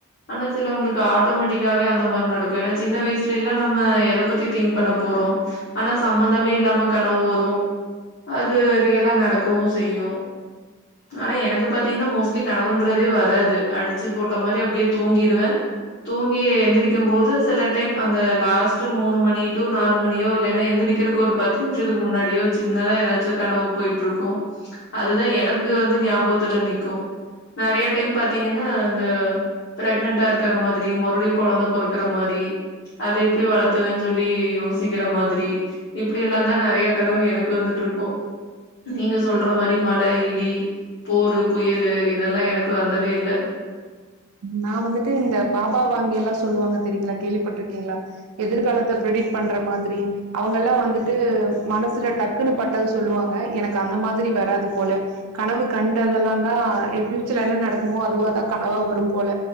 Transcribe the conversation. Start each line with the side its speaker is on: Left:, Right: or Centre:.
Left: ஆனா சிலவங்களுக்கு ஆட்டோமேட்டிக்காவே அந்த மாரி நடக்கும் ஏன்னா சின்ன வயசுல எல்லாம் நம்ம எத பத்தி திங்க் பண்ண போறோம் ஆனா சம்பந்தமே இல்லாம கனவு வரும் அது ரியலா நடக்கவும் செய்யும் ஆனா எனக்கு பாத்தீங்கன்னா மோஸ்ட்லி கனவுன்றதே வராது அடிச்சு போட்ட மாதிரி அப்படியே தூங்கிருவேன் தூங்கி எந்திரக்கும் போது சில டைம் அந்த லாஸ்ட் மூணு மணியோ நாலு மணியோ இல்லைன்னா எந்திரிக்கிறதுக்கு ஒரு பத்து நிமிஷத்துக்கு முன்னாடியோ வச்சு த ஏதாச்சும் கனவு போய்ட்டு இருக்கும் அதுதான் எனக்கு வந்து ஞாபகத்துல நக்கும் நெறைய டைம் பாத்தீங்கன்னா இந்த பிரெக்னன்டா இருக்கற மாதிரி மறுபடியும் கெழந்த பொறக்கற மாரி அத எப்படி வளத்துவன்னு சொல்லி யோசிக்கிற மாதிரி இப்படி எல்லாம் தான் நெறைய கனவு எனக்கு வந்துட்டு இருக்கோம் நீங்க சொல்ற மாரி மழை இடி போரு புயலு இதெல்லாம் எனக்கு வந்ததே இல்ல
Right: நான் வந்துட்டு இந்த பாபா வாங்கி எல்லாம் சொல்லுவாங்க தெரியங்களா கேள்விப்பட்டிருக்கீங்களா எதிர்காலத்த பரெடிக்ட் பண்ற மாதிரி அவங்க எல்லாம் வந்துட்டு மனசுல டக்குனு பட்டது சொல்லுவாங்க எனக்கு அந்த மாதிரி வராது போல கனவு கண்டதெல்லாம் தான் என் பஃபயூச்சர்ல என்ன நடக்குமோ அதுவாதான் கனவா போல